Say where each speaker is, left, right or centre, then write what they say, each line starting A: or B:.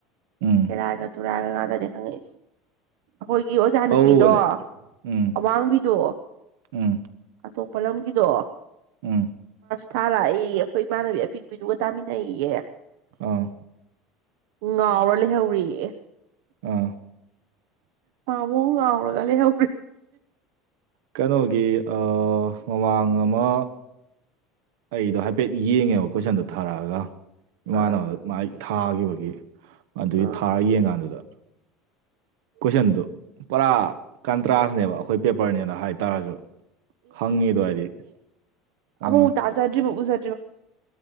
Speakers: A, on the right (about 85°); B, on the right (about 65°).
A: ꯎꯝ
B: ꯀꯦꯔꯥꯒ ꯇꯨꯔꯥꯏꯒ ꯉꯥꯗꯅꯤ ꯍꯪꯉꯛꯏꯁꯦ ꯑꯩꯈꯣꯏꯒꯤ ꯑꯣꯖꯥ
A: ꯇꯧꯕꯅꯦ
B: ꯅꯨꯄꯤꯗꯣ
A: ꯎꯝ
B: ꯑꯋꯥꯡꯕꯤꯗꯣ
A: ꯎꯝ
B: ꯑꯇꯣꯞꯄ ꯂꯝꯒꯤꯗꯣ
A: ꯎꯝ
B: ꯊꯥ ꯂꯥꯛꯏ ꯑꯩꯈꯣꯏ ꯏꯃꯥꯟꯅꯕꯤ ꯑꯄꯤꯛꯄꯤꯗꯨꯒ ꯇꯥꯃꯤꯟꯅꯩꯌꯦ
A: ꯑꯥ
B: ꯉꯥꯎꯔ ꯂꯩꯍꯧꯔꯤꯌꯦ
A: ꯑꯥ
B: ꯄꯕꯨꯨꯡꯔ ꯀ ꯂꯩ ꯎ
A: ꯀꯩꯅꯣꯒꯤ ꯃꯃꯥꯡ ꯑꯃ ꯑꯩꯗꯣ ꯍꯥꯏꯐꯦꯠ ꯌꯦꯡꯉꯦꯕ ꯀꯣꯏꯁꯟꯗꯨ ꯊꯥꯔꯛꯑꯒ ꯏꯃꯥꯅꯕ
B: ꯑꯥ
A: ꯃꯥꯏ ꯊꯥꯈꯤꯕꯒꯤ ꯑꯗꯨꯒꯤ
B: ꯑꯥ
A: ꯊꯥꯔ ꯌꯦꯡꯀꯥꯟꯗꯨꯗ ꯀ꯭ꯆꯟꯗꯨ ꯄꯨꯔ ꯀꯟꯇ꯭ꯔꯥꯁꯅꯦꯕ ꯑꯩꯈꯣꯏ ꯄꯦꯄꯔꯅꯦꯅ ꯍꯥꯏꯇꯥꯔꯁꯨ ꯍꯪꯉꯤꯗꯣ ꯍꯥꯏꯗꯤ ꯑꯥ
B: ꯑꯃ ꯇꯥꯖꯥꯗ ꯎꯖꯥ